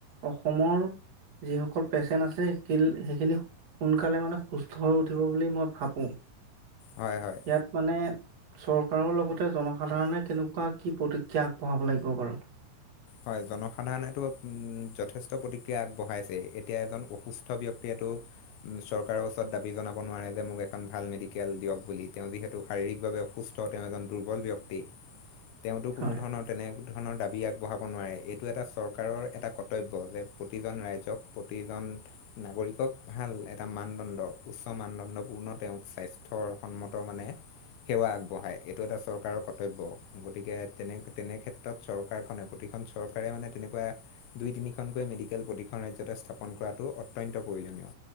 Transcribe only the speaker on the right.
অসমৰ যিসকল পেচেণ্ট আছে সেইখিনি সোনকালে মানে সুস্থ হৈ উঠিব বুলি মই ভাবো
ইয়াত মানে চৰকাৰৰ লগতে জনসাধাৰণে কেনেকুৱা কি প্ৰতিক্ৰিয়া আগবঢ়াব লাগিব বাৰু
হয়।